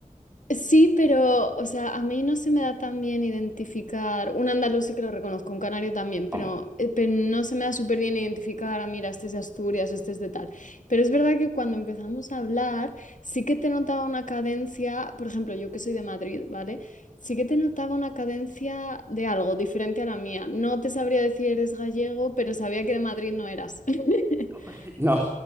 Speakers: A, on the left; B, on the right.
A: Sí, pero, o sea, a mí no se me da tan bien identificar, un andaluz sí que lo reconozco, un canario también, pero,
B: Hom-
A: eh, pero no se me da súper bien identificar, ah, mira, este es de Asturias, este es de tal. Pero es verdad que cuando empezamos a hablar, sí que te notaba una cadencia, por ejemplo, yo que soy de Madrid, ¿vale? Sí que te notaba una cadencia de algo diferente a la mía. No te sabría decir eres gallego, pero sabía que de Madrid no eras. <laughs>
B: <laughs> No,